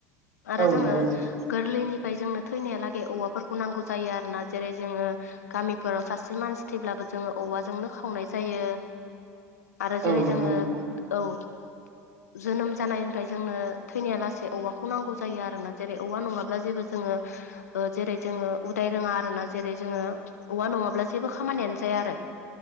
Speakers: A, on the left; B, on the right.
A: आरो
B: औ
A: जोङो
B: नंगौ नोंथां
A: गोरलैनिफ्राय जोंनो थैनायालागै औवाफोरखौ नांगौ जायो आरोना जेरै जोङो गामिफोराव सासे मानसि थैब्लाबो जोङो औवाजोंनो खावनाय जायो आरो जेरै
B: औ नंगौ
A: जोङो
B: नोंथां
A: औ जोनोम जानायनिफ्राय जोंनो थैनाया लासे औवाखौ नांगौ जायो आरोना जेरै औवा नङाब्ला जेबो ज जोङो ओ जेरै जोङो उदाय रोङा आरोना जेरै जोङो औवा नङाब्ला जेबो खामानियानो जाया आरो